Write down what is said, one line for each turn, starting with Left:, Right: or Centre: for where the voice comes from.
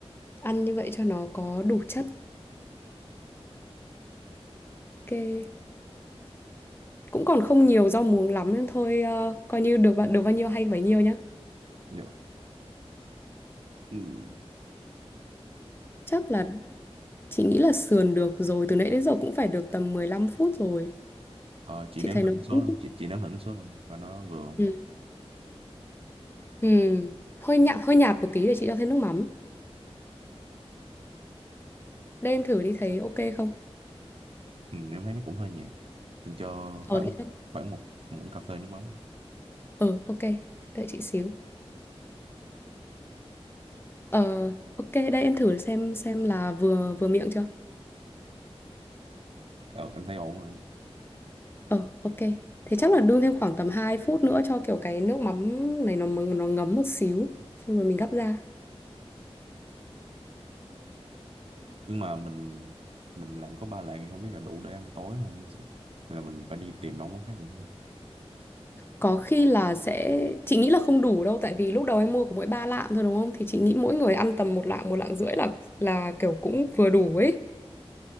Left: ăn như vậy cho nó có đủ chất. Ok. Cũng còn không nhiều rau muống lắm nên thôi ờ, coi như được bao- được bao nhiêu hay bấy nhiêu nhá.
Right: Dạ. Ừ.
Left: Chắc là chị nghĩ là sườn được rồi, từ nãy đến giờ cũng phải được tầm 15 phút rồi.
Right: ờ, chị
Left: Chị
Right: nếm
Left: thấy
Right: thử
Left: nó
Right: nước sốt
Left: cũng
Right: không chị chị nếm thử nước sốt không và nó vừa không?
Left: ừ. Ừ. hơi nhạt hơi nhạt một tí để chị cho thêm nước mắm. đây em thử đi thấy ok không?
Right: Ừ, em thấy nó cũng hơi nhạt mình cho
Left: Ờ
Right: phải một
Left: thế chắc.
Right: phải một muỗng cà phê nước mắm
Left: Ờ ok. Đợi chị xíu. Ờ ok, đây em thử xem xem là vừa vừa miệng chưa?
Right: ờ, em thấy ổn rồi
Left: Ờ ok. Thế chắc là đun thêm khoảng tầm 2 phút nữa cho kiểu cái nước mắm này nó nó ngấm một xíu, xong rồi mình gắp ra.
Right: nhưng mà mình mình làm có ba lạng thì không biết là đủ để ăn tối không hay là mình phải đi tìm nấu món khác nữa
Left: Có khi là sẽ chị nghĩ là không đủ đâu tại vì lúc đầu em mua có mỗi 3 lạng thôi đúng không? Thì chị nghĩ mỗi người ăn tầm một lạng, một lạng rưỡi là là kiểu cũng vừa đủ ấy.